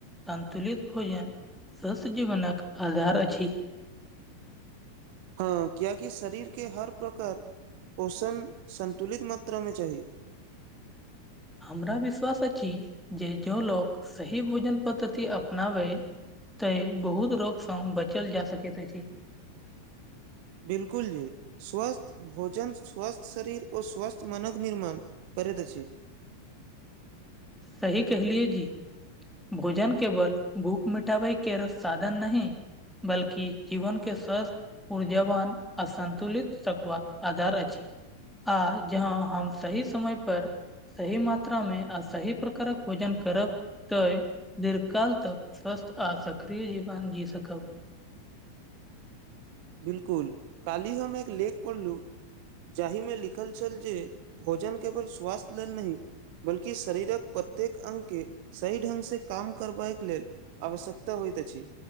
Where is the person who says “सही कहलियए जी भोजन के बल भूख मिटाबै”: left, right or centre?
Centre